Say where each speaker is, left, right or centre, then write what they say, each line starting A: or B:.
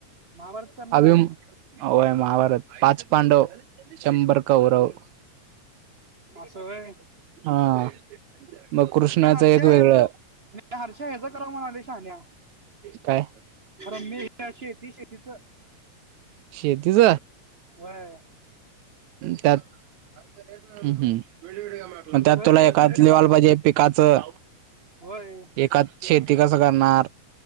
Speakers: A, on the right; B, on the right.
A: महाभारत करणार
B: अ
A: आहे
B: होम आव पाच पांडव शंभर कौरव.
A: असं व्हय.
B: हा मग कृष्णाच
A: हर्षा
B: एक वेगळं.
A: हर्षा याचं करायला म्हणायला शहाण्या.
B: काय?
A: अर मी हे शेती शेतीच.
B: शेतीच?
A: व्हय.
B: त्यात हम्म हम्म. मग त्यात
A: सगळे
B: तुला
A: रे
B: एकाद
A: सगळे
B: लिवाला
A: दाखवायचं
B: पाहिजे पिकाचं
A: होय
B: एद शेती
A: एक
B: जगणार